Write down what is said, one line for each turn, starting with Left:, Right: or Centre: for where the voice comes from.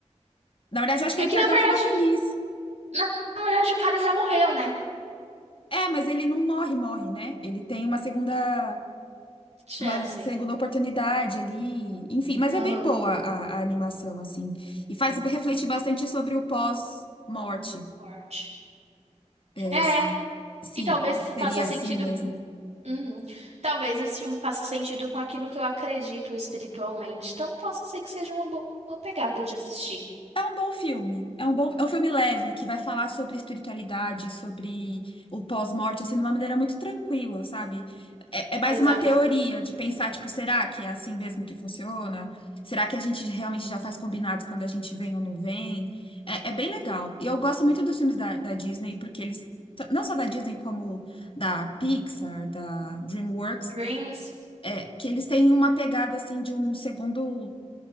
Left: Na verdade, eu acho que
Right: É
Left: ele
Right: que
Left: tem
Right: na
Left: até
Right: verdade,
Left: um final feliz.
Right: na, na verdade o cara já morreu, né?
Left: É, mas ele não morre, morre, né? Ele tem uma segunda,
Right: Chance.
Left: uma segunda oportunidade ali. Enfim, mas
Right: Aham.
Left: é bem boa a, a animação, assim. E faz refletir bastante sobre o pós-morte.
Right: Morte.
Left: É,
Right: É,
Left: se se
Right: e talvez
Left: seria
Right: faça sentido
Left: assim mesmo.
Right: com. Uhum. Talvez esse filme faça sentido com aquilo que eu acredito espiritualmente. Então, posso ser que seja uma bo- boa pegada de assistir.
Left: É um bom filme. É um bom, é um filme leve que vai falar sobre espiritualidade, sobre o pós-morte, assim, de uma maneira muito tranquila, sabe? É, é mais
Right: Exato.
Left: uma teoria de pensar, tipo, será que é assim mesmo que funciona? Será que a gente realmente já faz combinados quando a gente vem ou não vem? É, é bem legal. E eu gosto muito dos filmes da, da Disney, porque eles, t- não só da Disney, como da Pixar, da DreamWorks,
Right: Dreams.
Left: é, que eles têm uma pegada, assim, de um segundo